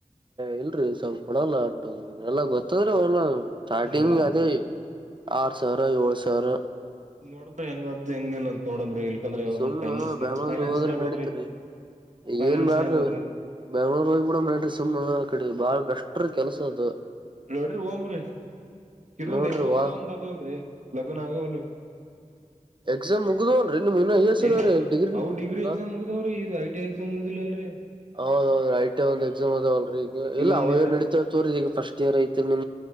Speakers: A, on the right; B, on the right.
A: ಇಲ್ರಿ ಸ್ವಲ್ಪ್ ಕೊಡಲ್ಲ ಅಟ್ಟೊಂದು ಎಲ್ಲ ಗೊತ್ತದ್ರೆ ಓನರ್ ಸ್ಟಾರ್ಟಿಂಗ್
B: ನೋಡಮ್
A: ಅದೇ ಆರ್ ಸಾವಿರ ಏಳ್ ಸಾವಿರ.
B: ನೋಡ್ರಿ ಹೆಂಗದ್ ಹೆಂಗಿಲ್ಲ ಅಂತ ನೋಡಂಬ್ರಿ ಇಲ್ಕಂದ್ರೆ ಯಾವದನ್
A: ಸುಮ್ಮ್
B: ಟೈಮಿಂಗ್ಸ್
A: ಬೆಂಗ್ಳೂರ್
B: ಹೋದ್ರ
A: ನಡೀತ್ರಿ
B: ಐತ್ರಿ ಫೈನಾನ್ಸ್ನಾಗ
A: ಏನ್ ಬ್ಯಾಡ್ರಿ
B: ಹೋದ್ರಿ
A: ಬೆಂಗ್ಳೂರ್ ಹೋಗ್ಬಿಡಮ್ ನಡ್ರಿ ಸುಮ್ಮ್ ಆ ಕಡೆ ಬಾಳ್ ಬೆಸ್ಟ್ ರೀ. ಕೆಲಸದು
B: ನಡ್ರಿ ಹೊಂಬ್ರಿ ಇದೊಂದ್
A: ನೋಡ್ರಿ
B: ಎಕ್ಸಾಮ್
A: ವಾ
B: ಅದ ಒಂದ್ ಅದಲ್ರೀ ಲಗುನ ಆಗವಲ್ವೆ.
A: ಎಕ್ಸಾಮ್ ಮುಗ್ದವಲ್ರರಿ ನಿಮ್ ಇನ್ನ ಎಸ್ ಅದಾವ್ರೀ
B: ಎಲ್ಲಿಗಾ ಅವು ಡಿಗ್ರಿ
A: ಹ
B: ಎಕ್ಸಾಮ್ ಮುಗ್ದಾವ್ರೀ ಇದು ಐ ಟಿ ಐ ಎಕ್ಸಾಮ್ ಮುಗ್ದಿಲ್ಲ. <unintelligible>
A: ಹೌದೌದು ಐ ಟಿ ಐ ಒಂದ್ ಎಕ್ಸಾಮ್ ಅದವಲ್ರಿ ಈಗ ಇಲ್ಲ
B: ಇವ ಒಂದ್
A: ಅವು
B: ಎರಡ್
A: ಏನ್ ನಡಿತಾವ್ ತೋರಿ ಈಗ ಫಸ್ಟ್ ಇಯರ್ ಐತ್ ನಿ